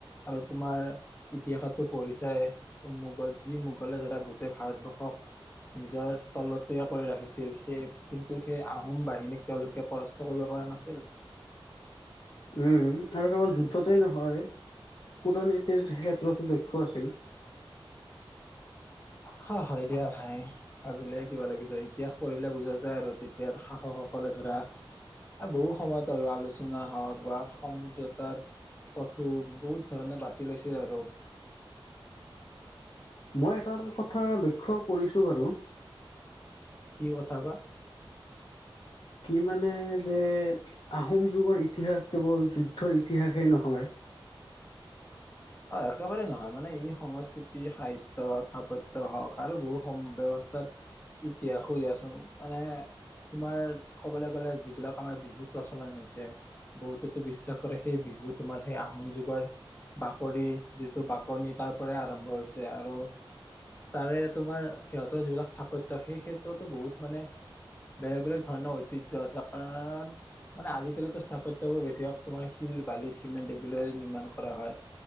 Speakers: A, on the left (about 20°); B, on the left (about 60°).
A: আৰু তোমাৰ। ইতিহাসতো পঢ়িছাই মোগল যি মোগলে ধৰা গোটেই ভাৰতবৰ্ষক। নিজৰ তলত। কৰি ৰাখিছিল সেই কিন্তু সেই আহোম বাহিনীক তেওঁলোকে পৰাস্ত কৰিব পৰা নাছিল।
B: উম আৰু কেৱল যুদ্ধতেই নহয় কূটনীতিৰ ক্ষেত্ৰতো দক্ষ আছিল।
A: হয় হয় দিয়া ভাই। ভাবিলে কিবা লাগি যায় ইতিহাস পঢ়িলে বুজা যায় আৰু তেতিয়াৰ শাহসকলে ধৰা। আকৌ ব সময়ত আৰু আলোচনা হওক বা সমপিয়তাত। পথু বহুত ধৰণে বাছি লৈছে আৰু।
B: মই এটা কথা লক্ষ্য কৰিছোঁ বাৰু।
A: কি কথা বা।
B: কি মানে যে আহোম যুগৰ ইতিহাস কেৱল যুদ্ধৰ ইতিহাসেই নহয়।
A: অ একেবাৰে জানা মানে এই সংস্কৃতি সাহিত্য স্থাপত্য হওঁক আৰু বহু সম ব্যৱস্থাত। ইতিহাসো দিয়াচোন মানে। তোমাৰ ক'বলৈ গ'লে যিবিলাক আমাৰ বিহু প্ৰচলন হৈছে। বহুতেতো বিশ্বাস কৰে সেই বিহু তোমাৰ সেই আহোম যুগৰ। কৰি যিটো বাকনি তাৰ পৰাই আৰম্ভ হৈছে আৰু। তাৰে তোমাৰ সিহঁতৰ যিবিলাক স্থাপত্য সেই ক্ষেত্ৰতো বহুত মানে। বেলেগ বেলেগ ধৰণৰ ঐতিয্য আছে কাৰণ। মানে আজিকালিতো স্থাপত্যবোৰ বেছি হওক তোমাৰ শিল বালি চিমেণ্ট এইবোৰে নিৰ্মাণ কৰা হয়।